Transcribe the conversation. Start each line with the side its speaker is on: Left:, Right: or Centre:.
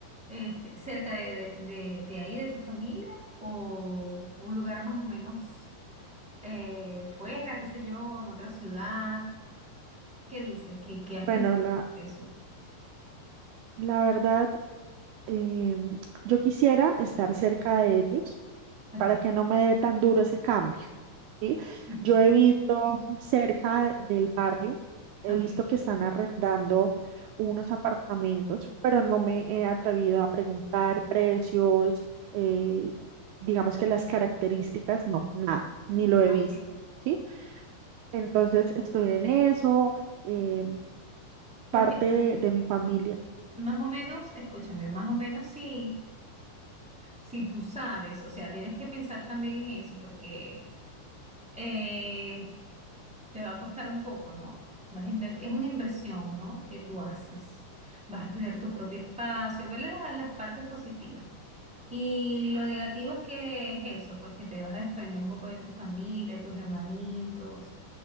Centre: este, cerca de, de- de- de ahí, de tu familia, o un lugar más o menos eh, fuera, qué sé yo, en otra ciudad. ¿Qué dices? ¿Qué, qué has
Right: bueno,
Centre: pensado
Right: la,
Centre: sobre eso?
Right: la verdad, Em, yo quisiera estar cerca de ellos
Centre: Ok,
Right: para
Centre: <laughs>
Right: que no me dé tan duro ese cambio, ¿sí?
Centre: ujú,
Right: Yo he visto cerca del barrio, he
Centre: ok,
Right: visto que están arrendando unos apartamentos, pero no me he atrevido a preguntar precios, eh, digamos que las características, no, nada, ni lo he
Centre: ah,
Right: visto,
Centre: ok.
Right: ¿sí? Entonces estoy en eso, eh,
Centre: Porque
Right: parte de de mi familia.
Centre: más o menos, escúchame, más o menos si, si tú sabes, o sea, tienes que pensar también en eso, porque eh, te va a costar un poco, ¿no? Vas a invertir, es una inversión, ¿no? Que tú haces. Vas a tener tu propio espacio, verle la- las partes positivas. Y lo negativo es que es eso, pues que te vas a desprender un poco de tu familia, de tus hermanitos.